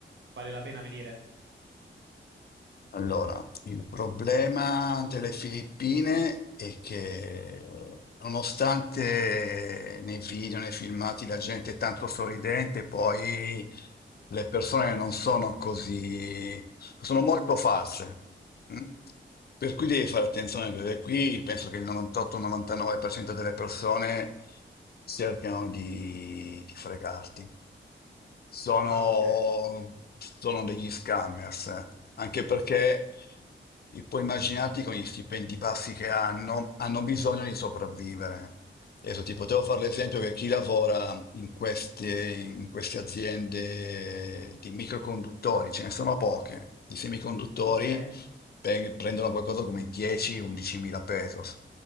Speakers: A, on the right; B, on the left.
A: vale la pena venire?
B: Allora, il problema delle Filippine è che nonostante nei video, nei filmati la gente è tanto sorridente, poi le persone non sono così, sono molto false. mm? Per cui devi fare attenzione perché qui penso che il 98-99% delle persone cercano di, di fregarti. Sono,
A: Ah, ok,
B: sono degli scammers, eh. anche perché e poi immaginati con gli stipendi bassi che hanno, hanno bisogno di sopravvivere. Adesso ti potevo fare l'esempio che chi lavora in queste, in queste aziende di microconduttori, ce ne sono poche, di semiconduttori,
A: ok,
B: pe- prendono qualcosa come 10-11 mila pesos,